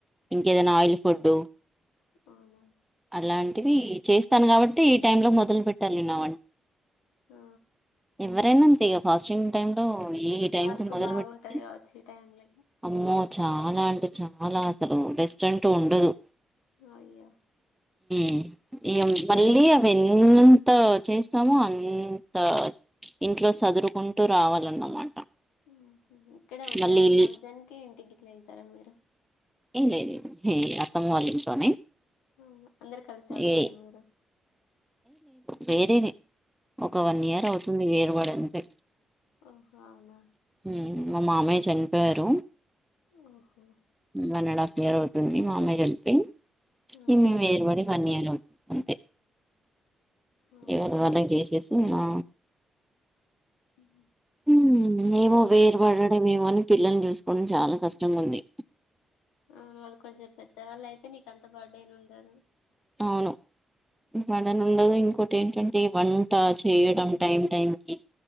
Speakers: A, in the centre; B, on the left.
A: ఇంకేదైనా ఆయిల్ ఫుడ్
B: అవునా
A: అలాంటివి చేస్తాను. కాబట్టి ఈ టైం లో మొదలు పెట్టాలి నావన్
B: ఆ
A: ఎవరైనా అంతే ఫాస్టింగ్ టైం లో ఏ టైమ్కి
B: వర్క్
A: మొదలు
B: బాగుంటది
A: పెడుతుతే
B: కావచ్చు ఈ టైమ్ లో
A: అమ్మో చాలా అంటే చాలా అసలు రెస్ట్ అంటూ ఉండదు.
B: అయ్యో
A: మ్ ఎమ్ మళ్ళీ అవి ఎంత చేస్తామో అంతా ఇంట్లో సదురుకుంటూ రావాలన్నమాట
B: ఓహో ఇక్కడే ఉంటారా.
A: మళ్ళీ ఇల్లు
B: రంజాన్ కి ఇంటిగిట్ల వెళ్తారా మీరు
A: ఏ లే లేదు హే అత్తమ్మ వల్ల ఇంట్లోనే
B: హా అందరు కలిసే ఉంటారా
A: ఏ
B: మీరు
A: వేరే రే ఒక వన్
B: హ్మ్.
A: ఇయర్ అవుతుంది. వేరుబడి అంతే
B: ఓహో అవునా
A: ఉమ్, మా మామయ్య చనిపోయారు.
B: ఓహో
A: వన్ అండ్ హాఫ్ ఇయర్ అవుతుంది. మామయ్య చనిపోయి
B: ఆ
A: ఈ మేము ఏర్ వడి వన్ ఇయర్ అవుతుంది అంతే
B: అవునా
A: ఇవరీది వాళ్లకు జేసేసి ఆ
B: హుమ్
A: హుమ్ మేము వేరు పడడం ఏమో అని పిల్లల్ని చూసుకోవడం చాలా కష్టంగా ఉంది.
B: ఆ వాళ్ళు కొంచెం పెద్ద వాళ్ళయితే నీకు అంత బర్డెన్ ఉండదు.
A: అవును బర్డెన్ ఉండదు. ఇంకోటి ఏంటంటే వంట చేయడం టైం టైం కి